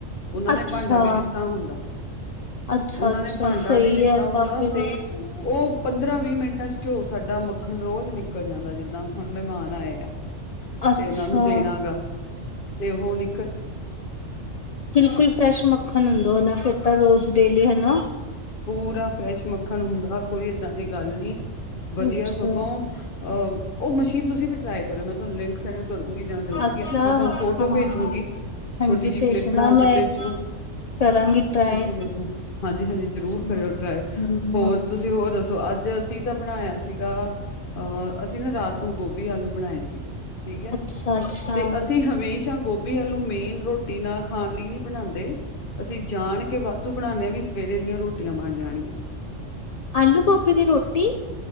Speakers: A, on the left (about 50°); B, on the left (about 65°).
A: ਉਹਨਾਂ
B: ਅੱਛਾ,
A: ਨੇ ਭਾਂਡਾ ਵੀ ਦਿੱਤਾ ਹੁੰਦਾ
B: ਅੱਛਾ
A: ਉਹਨਾਂ
B: ਅੱਛਾ
A: ਨੇ ਭਾਂਡਾ
B: ਸਹੀ
A: ਵੀ ਦਿੱਤਾ
B: ਹੈ
A: ਹੁੰਦਾ
B: ਤਾਂ ਫਿਰ
A: ਤੇ ਉਹ ਪੰਦਰਾਂ ਵੀਹ ਮਿੰਟਾਂ ਘਿਓ ਸਾਡਾ ਮੱਖਣ ਰੋਜ਼ ਨਿਕਲ ਜਾਂਦਾ ਜਿੱਦਾਂ ਹੁਣ ਮਹਿਮਾਨ ਆਏ ਆ
B: ਅੱਛਾ।
A: ਤੇ ਉਹਨਾਂ ਨੂੰ ਦੇਣਾ ਗਾ ਤੇ ਉਹ ਨੀ
B: ਬਿਲਕੁਲ ਫਰੈਸ਼ ਮੱਖਣ ਹੁੰਦਾ ਉਹ ਨਾ ਫਿਰ ਤਾਂ ਰੋਜ਼ ਡੇਲੀ ਹਨਾ।
A: ਪੂਰਾ ਫਰੈਸ਼ ਮੱਖਣ ਹੁੰਦਾ ਕੋਈ ਏਦਾਂ ਦੀ ਗੱਲ ਨੀ ਵਧੀਆ
B: ਅੱਛਾ
A: ਸਗੋਂ ਅਹ ਉਹ ਮਸ਼ੀਨ ਤੁਸੀਂ ਵੀ ਟਰਾਈ ਕਰਿਓ ਮੈਂ ਤੁਹਾਨੂੰ ਲਿੰਕ ਕਰੂੰਗੀ ਜਾਂ ਜੋ ਵੀ
B: ਅੱਛਾ
A: ਆ ਮੈਂ ਤੁਹਾਨੂੰ
B: ਹਾਂ
A: ਫੋਟੋ ਭੇਜੂਗੀ
B: ਹਾਂਜੀ
A: ਛੋਟੀ ਜਿਹੀ
B: ਭੇਜਣਾ
A: ਕਲਿਪ ਬਣਾ
B: ਮੈਂ
A: ਕੇ ਭੇਜੂ
B: ਕਰਾਂਗੀ ਟਰਾਈ
A: ਤੁਸੀ ਦੇਖਣਾ ਹਾਂਜੀ ਹਾਂਜੀ ਜ਼ਰੂਰ
B: ਹਮ
A: ਕਰਿਓ ਟਰਾਈ ਹੋਰ ਤੁਸੀਂ ਹੋਰ ਦੱਸੋ ਅੱਜ ਅਸੀਂ ਤਾਂ ਬਣਾਇਆ ਸੀਗਾ ਅਹ ਅਸੀਂ ਨਾ ਰਾਤ ਨੂੰ ਗੋਭੀ ਆਲੂ ਬਣਾਏ ਸੀਗੇ ਠੀਕ ਹੈ
B: ਅੱਛਾ ਅੱਛਾ
A: ਤੇ ਅਸੀਂ ਹਮੇਸ਼ਾ ਗੋਭੀ ਆਲੂ ਮੇਨ ਰੋ ਰੋਟੀ ਨਾਲ ਖਾਣ ਲਈ ਨੀ ਬਣਾਉਂਦੇ ਅਸੀਂ ਜਾਣ ਕੇ ਵਾਧੂ ਬਣਾਉਦੇ ਹਾਂ ਵੀ ਸਵੇਰੇ ਦੀਆਂ ਰੋਟੀਆਂ ਬਣ ਜਾਣੀਆਂ
B: ਆਲੂ ਗੋਭੀ ਦੀ ਰੋਟੀ